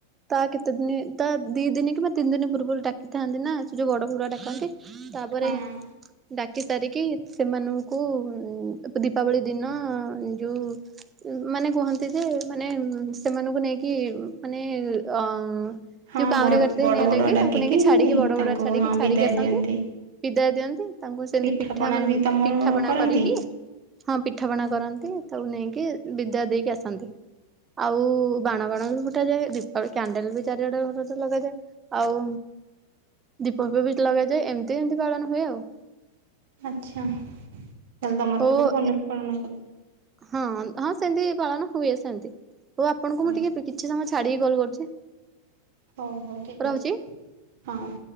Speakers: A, on the right; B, on the right.
A: ତା କେତେ ଦିନ ତା ଦି ଦିନ କିମ୍ବା ତିନି ଦିନ ପୂର୍ବରୁ ଡାକିଥାନ୍ତି ନା ସେ ଯୋଉ ବଡ ବଡୁଆ ଡାକନ୍ତି ତାପରେ
B: ହଁ
A: ଡାକି ସାରିକି ସେମାନଙ୍କୁ ଉଁ ଏ ଦୀପାବଳି ଦିନ ଯୋଉ ମାନେ କୁହନ୍ତି ଯେ ମାନେ ସେମାନଙ୍କୁ ନେଇକି ମାନେ ଅ
B: ହଁ
A: ଯୋଉ କାଉଁରୀ
B: ବଡ଼
A: ଗଛରେ ନିଆଁ
B: ବଡ଼
A: ଦେଇକି
B: ଡାକିକି
A: ତାଙ୍କୁ ନେଇକି ଛାଡିକି ବଡ
B: ତାଙ୍କୁ
A: ବଡୁଆ ଛାଡିକି
B: ହଁ
A: ଛାଡିକି
B: ବିଦାୟ
A: ଆସନ୍ତି
B: ଦିଅନ୍ତି।
A: ବିଦାୟ ଦିଅନ୍ତି ତାଙ୍କୁ ସେମିତି
B: ପିଠାପଣା
A: ପିଠା ମାନେ
B: ବି ତମର
A: ପିଠା ପଣା
B: କରନ୍ତି?
A: କରିକି ହଁ ପିଠାପଣା କରନ୍ତି ତାକୁ ନେଇକି ବିଦାୟ ଦେଇକି ଆସନ୍ତି ଆଉ ବାଣ ବାଣ ବି ଫୁଟାଯାଏ ଦୀପାବଳି କ୍ୟାଣ୍ଡେଲ ବି ଚାରିଆଡେ ଘରର ଲଗାଯାଏ ଆଉ ଦୀପ ଫିପ ବି ଲଗାଯାଏ ଏମିତି ଏମିତି ପାଳନ ହୁଏ ଆଉ
B: ଆଛା ତାହେଲେ ତମର ତ
A: ଓ
B: ହେପଟେ ଭଲକି ପାଳନ କରାଯାଏ
A: ହଁ ହଁ ସେମିତି ପାଳନ ହୁଏ ସେମିତି ହଉ ଆପଣଙ୍କୁ
B: ହଁ
A: ମୁଁ ଟିକେ କିଛି ସମୟ ଛାଡିକି କଲ୍ କରୁଛି
B: ହଉ ହଉ ଠିକ
A: ରହୁଛି।
B: ଅଛି ହଁ